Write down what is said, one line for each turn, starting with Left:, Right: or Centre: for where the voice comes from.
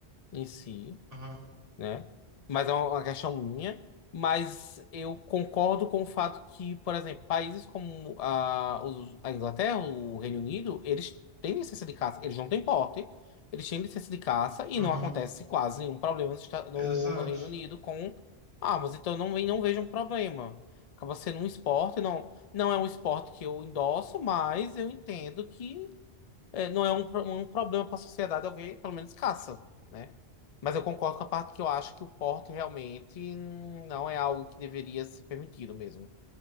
Left: em si.
Right: Aham,
Left: né? Mas é uma questão minha. Mas eu concordo com o fato que, por exemplo, países como a, os- a Inglaterra, o Reino Unido, eles têm licença de caça, eles não têm porte, eles têm licença de caça e
Right: aham,
Left: não acontece quase nenhum problema nos Esta- no,
Right: exato.
Left: no Reino Unido com armas. Então eu não, ve- não vejo um problema. Acaba sendo um esporte, não, não é um esporte que eu endosso, mas eu entendo que é, não é um, pro- um problema para a sociedade eu ver, pelo menos caça, né? Mas eu concordo com a parte que eu acho que o porte realmente não é algo que deveria ser permitido mesmo.